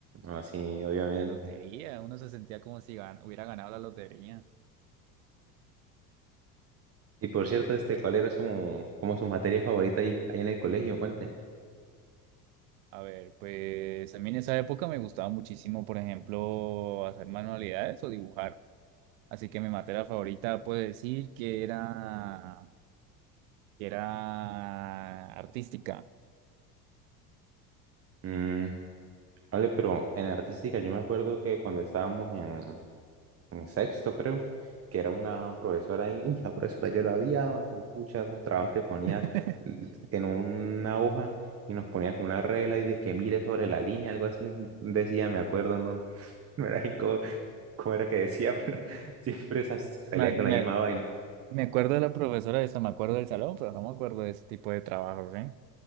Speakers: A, on the right; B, on the right.
A: Así, obviamente.
B: La lotería, uno se sentía como si gan- hubiera ganado la lotería.
A: Y por cierto, este, ¿cuál era su, como su materia favorita ahí, ahí en el colegio? Cuente.
B: A ver, pues a mí en esa época me gustaba muchísimo, por ejemplo, hacer manualidades o dibujar. Así que mi materia favorita puedo decir que era, que era artística.
A: Mm, vale, pero en artística yo me acuerdo que cuando estábamos en, en sexto, creo, que era una profesora ahí, uy, la profesora yo la odiaba, uy, pucha, los trabajos que ponía
B: <laughs>
A: mm, en una hoja y nos ponía con una regla y de que mire sobre la línea, algo así, decía, me acuerdo, no, <laughs> no era ni cómo, cómo era que decía, pero <laughs> siempre sa- salía
B: Me, me-
A: con la misma vaina.
B: me acuerdo de la profesora de eso, me acuerdo del salón, pero no me acuerdo de ese tipo de trabajos, ¿eh?